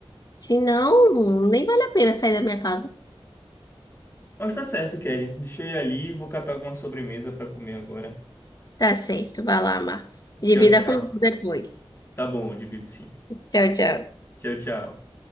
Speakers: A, on the left; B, on the left.
A: Senão, nem vale a pena sair da minha casa.
B: Mas tá certo, Kelly. Deixa eu ir ali, e vou catar alguma sobremesa pra comer agora.
A: Tá certo, vai lá, Marcos. Divida
B: Tchau, tchau.
A: comigo depois.
B: Tá bom, eu divido sim.
A: Tchau, tchau.
B: Tchau, tchau.